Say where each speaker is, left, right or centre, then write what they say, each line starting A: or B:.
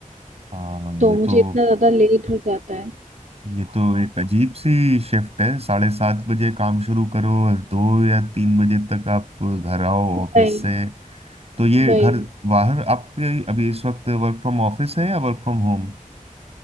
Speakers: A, on the right; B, on the right.
A: हाँ
B: तो
A: ये
B: मुझे
A: तो
B: इतना ज्यादा लेट हो जाता है
A: ये तो एक अजीब सी शिफ्ट है साढ़े सात बजे काम शुरू करो और दो या तीन बजे तक आप घर आओ ऑफिस
B: वही
A: से तो ये
B: वही
A: घर बाहर आपके अभी इस वक्त वर्क फ्रॉम ऑफिस है या वर्क फ्रॉम होम